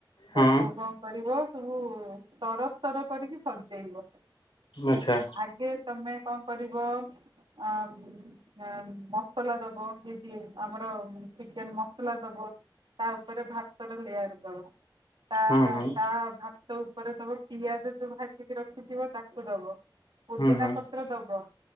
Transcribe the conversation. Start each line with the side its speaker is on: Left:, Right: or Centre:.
Left: ହୁଁ
Right: ତାକୁ କଣ କରିବ ସବୁ ସ୍ତରସ୍ତର କରିକି ସଜେଇବ।
Left: ଆଚ୍ଛା।
Right: ଆଗେ ତମେ କଣ କରିବ? ଆଁ ମ୍ ଆଁ ମସଲା ଦବ ବିରି ଆମର ଚିକେନ ମସଲା ଦବ ତା ଉପରେ ଭାତର ଲେୟାର ଦବ। ତା
Left: ହୁଁ ହୁଁ
Right: ତା ଭାତ ଉପରେ ଦବ ପିଆଜ ଯୋଉ ଭାଜିକି ରଖିଥିବ ତାକୁ ଦବ। ପୁଦିନା
Left: ହୁଁ ହୁଁ
Right: ପତ୍ର ଦବ।